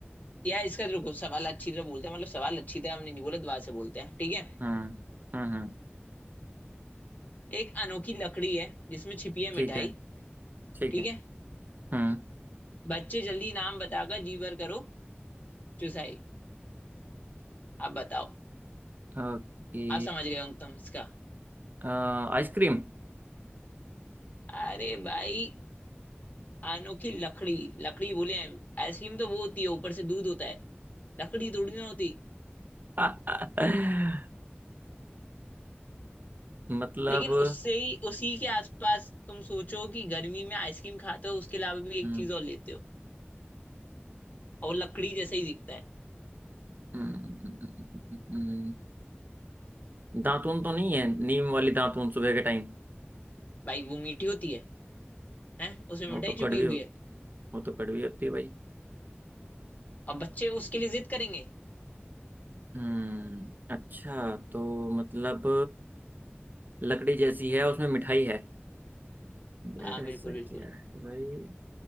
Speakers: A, on the left; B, on the right.
A: यार इसका रुको सवाल अच्छी तरह बोलते हैं मतलब सवाल अच्छी तरह हमने नहीं बोला दुआ से बोलते हैं ठीक है
B: हम्म हम्म हम्म,
A: एक अनोखी लकड़ी है जिसमें छिपी है
B: ठीक
A: मिठाई
B: है ठीक
A: ठीक
B: है
A: है
B: हम्म
A: बच्चे जल्दी नाम बताकर जीवर करो चुसाई आप बताओ
B: ओके
A: आप समझ गए होंगे तुम इसका
B: अ, आइसक्रीम
A: अरे भाई अनोखी लकड़ी लकड़ी बोले हैं आइसक्रीम तो वो होती है ऊपर से दूध होता है लकड़ी थोड़ी ना होती
B: <laughs> मतलब
A: लेकिन उससे ही उसी के आसपास तुम सोचो कि गर्मी में आइसक्रीम खाते हो उसके अलावा भी एक
B: हम्म
A: चीज और लेते हो और लकड़ी जैसे ही दिखता है
B: हम्म, दातून तो नहीं है नीम वाली दातून सुबह के टाइम
A: भाई वो मीठी होती है है उसमें
B: वो
A: मिठाई
B: तो कड़वी
A: छुपी
B: हो
A: हुई है
B: वो तो कड़वी होती है भाई
A: और बच्चे उसके लिए जिद करेंगे
B: हम्म अच्छा तो मतलब लकड़ी जैसी है उसमें मिठाई है यार
A: हाँ
B: ऐसा
A: बिल्कुल बिल्कुल
B: क्या है भाई